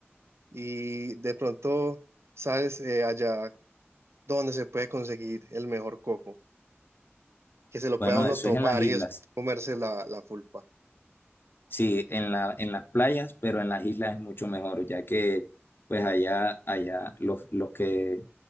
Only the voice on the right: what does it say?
Y de pronto, ¿sabes? eh, allá donde se puede conseguir el mejor coco, que se lo
pueda uno
tomar
y después comerse la, la pulpa.